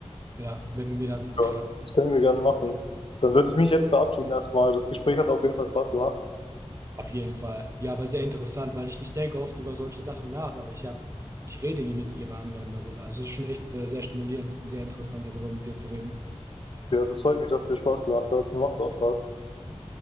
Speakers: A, on the right; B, on the left.
A: ja, wenn du mir dann,
B: Ja,
A: da-
B: das das können wir gerne machen. Dann würde ich mich jetzt verabschieden erstmal. Das Gespräch hat auf jeden Fall Spaß gemacht.
A: auf jeden Fall. Ja, aber sehr interessant, weil ich ich denke oft über solche Sachen nach, aber ich habe ich rede nie mit jemand anderem darüber. Also es ist schon echt äh, sehr stimulierend und sehr interessant darüber mit dir zu reden.
B: Ja, das freut mich, dass es dir Spaß gemacht hat. Mir macht's auch Spaß.